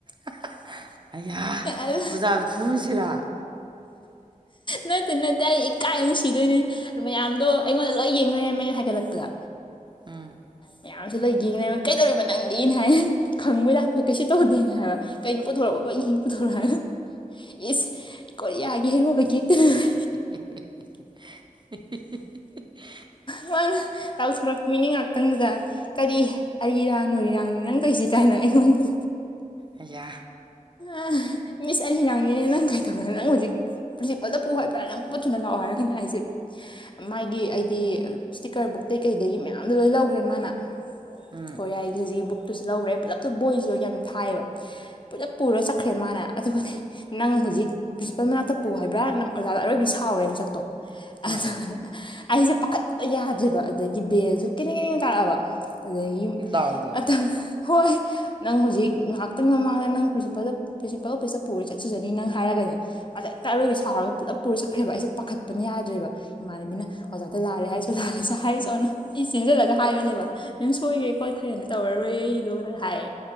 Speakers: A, on the right; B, on the left.
A: <unintelligible> ꯑꯌꯥ
B: ꯑꯗꯨ
A: ꯑꯣꯖꯥꯗꯣ ꯐꯨꯔꯨꯁꯤꯔꯥ?
B: ꯅꯠꯇꯦ ꯅꯠꯇꯦ ꯑꯩ ꯏꯀꯥꯏꯕꯅ ꯁꯤꯗꯣꯏꯅꯦ ꯃꯌꯥꯝꯗꯣ ꯑꯩꯉꯣꯟꯗ ꯂꯣꯏ ꯌꯦꯡꯂꯩꯔꯝꯃꯦ ꯍꯥꯏꯒꯠꯂꯛꯄꯗ
A: ꯎꯝ
B: ꯃꯌꯥꯝꯁꯤ ꯂꯣꯏ ꯌꯦꯡꯂꯩꯔꯝꯃꯤ ꯀꯩꯗꯧꯔꯤꯕ ꯅꯪꯗꯤꯅ ꯍꯥꯏ ꯈꯪꯕꯣꯏ ꯂꯥꯛꯄꯣꯏ ꯀꯩꯁꯨ ꯇꯧꯗꯦꯅ ꯍꯥꯏꯕ ꯀꯩꯅꯣ ꯄꯨꯊꯣꯔꯛꯑꯣ ꯄꯠ ꯄꯠ ꯌꯦꯡ ꯄꯨꯊꯣꯔꯛꯑꯣ ꯍꯥꯏꯔ ꯏꯁ ꯀꯣꯔꯤꯌꯥꯒꯤ ꯍꯦꯔꯣꯒꯤ ꯌꯦꯛꯇꯅ <unintelligible>
A: <unintelligible>
B: ꯃꯥꯅ ꯂꯥꯎꯊꯣꯔꯛꯄꯤꯅꯦ ꯉꯥꯛꯇꯪꯗꯨꯗ ꯀꯔꯤ ꯑꯥꯔꯤꯔꯡ ꯅꯨꯔꯤꯔꯥꯡꯅꯤ ꯅꯪ ꯇꯣꯏꯁꯤꯗꯤ ꯀꯥꯏꯅ ꯑꯩꯉꯣꯟꯗ
A: ꯑꯌꯥ
B: <unintelligible> ꯃꯤꯁ ꯑꯔꯤꯔꯡꯅꯤꯅꯦ ꯅꯪ ꯀꯥꯏ ꯇꯧꯔꯥ ꯅꯪ ꯍꯧꯖꯤꯛ ꯄ꯭ꯔꯤꯟꯁꯤꯄꯜꯗ ꯄꯨ ꯍꯥꯏꯕ꯭ꯔꯥ ꯅꯪ ꯄꯥꯠ ꯄꯠ ꯊꯨꯅ ꯂꯥꯛꯑꯣ ꯍꯥꯏꯔꯒꯅꯦ ꯑꯩꯖꯦꯕ ꯃꯥꯒꯤ ꯑꯩꯗꯤ ꯁ꯭ꯇꯤꯛꯀꯔ ꯕꯨꯛꯇꯩꯩ ꯀꯩꯗꯒꯤ ꯃꯌꯥꯝꯗꯣ ꯂꯣꯏ ꯂꯧꯈ꯭ꯔꯦ ꯃꯥꯅ
A: ꯎꯝ
B: ꯀꯣꯔꯤꯌꯥꯒꯤ ꯍꯧꯖꯤꯛꯀꯤ ꯕꯨꯛꯇꯨꯁꯨ ꯂꯧꯒ꯭ꯔꯦ ꯄꯨꯂꯞꯇꯣ ꯕꯣꯏꯁꯤꯗꯣ ꯌꯥꯝ ꯊꯥꯏꯑꯦꯕ ꯄꯨꯂꯞ ꯄꯨꯔꯥ ꯆꯠꯈ꯭ꯔꯦ ꯃꯟꯅꯥ ꯑꯗꯨꯒꯅꯦ ꯅꯪ ꯍꯧꯖꯤꯛ ꯄ꯭ꯔꯤꯟꯁꯤꯄꯜ ꯃꯅꯥꯛꯇ ꯄꯨ ꯍꯥꯏꯕ꯭ꯔꯥ ꯅꯪ ꯑꯣꯖꯥꯗ ꯑꯔꯣꯏꯕꯤ ꯁꯥꯎꯔꯦ ꯃꯁꯛꯇꯣ ꯑꯗꯨꯒꯅꯦ
A: ꯑ ꯑ
B: ꯑꯩꯁꯦ ꯄꯥꯈꯠꯄꯅ ꯌꯥꯗ꯭ꯔꯦꯕ ꯑꯠ ꯑꯗꯒꯤ ꯕꯦꯜꯁꯨ ꯀꯦꯅꯦꯡ ꯀꯦꯅꯦꯡ ꯇꯥꯔꯛꯑꯕ ꯑꯗꯒꯤ
A: ꯗꯥꯎꯗꯣ
B: ꯑꯇꯝ <unintelligible> ꯍꯣꯏ ꯅꯪ ꯍꯧꯖꯤꯛ ꯉꯥꯍꯥꯛꯇꯪ ꯃꯃꯥꯡꯗ ꯅꯪ ꯄ꯭ꯔꯤꯟꯁꯤꯄꯥꯜꯗ ꯄ꯭ꯔꯤꯟꯁꯤꯄꯜ ꯑꯣꯐꯤꯁꯇ ꯄꯨꯔꯥ ꯆꯠꯆꯖꯥꯅꯤ ꯅꯪ ꯍꯥꯏꯔꯒꯅꯦ ꯃꯥꯁꯦ ꯑꯦꯛꯇ ꯑꯔꯣꯏꯕꯤ ꯁꯥꯎꯔꯒ ꯄꯨꯂꯞ ꯄꯨꯔꯥ ꯁꯛꯈ꯭ꯔꯕ ꯑꯩꯁꯦ ꯄꯥꯈꯠꯄꯅ ꯌꯥꯗ꯭ꯔꯦꯕ ꯏꯃꯟꯅꯕꯤꯅ ꯑꯣꯖꯥꯗ ꯂꯜꯂꯦ ꯍꯥꯏꯆꯣ ꯂꯜꯂꯦ ꯆꯣ ꯍꯥꯏꯔꯨꯆꯣꯅ ꯑꯩ ꯆꯦꯟꯖꯤꯜꯂꯒ ꯍꯥꯏꯕꯅꯦꯕ ꯃꯦꯝ ꯁꯣꯏꯈ꯭ꯔꯦ ꯈꯣꯠꯈ꯭ꯔꯦꯅ ꯇꯧꯔꯔꯣꯏ ꯑꯩꯗꯣꯅ ꯍꯥꯏꯌꯦ